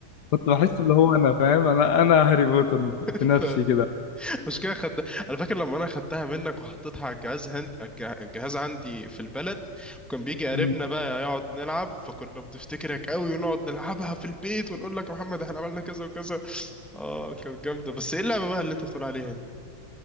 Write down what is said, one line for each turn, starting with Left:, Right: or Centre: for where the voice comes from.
Left: كنت بحس اللي هو انا فاهم انا انا هاري بوتر
Centre: <laughs>
Left: في نفسي كده
Centre: مش كده خد انا فاكر لما انا خدتها منك وحطيتها على الجهاز هندي الجهاز عندي في البلد وكان بيجي قريبنا
Left: مم.
Centre: بقى يقعد نلعب فكنا بنفتكرك قوي ونقعد نلعبها في البيت ونقول لك يا محمد احنا عملنا كذا وكذا اه كانت جامدة بس ايه اللعبة بقى اللي انت بتقول عليها دي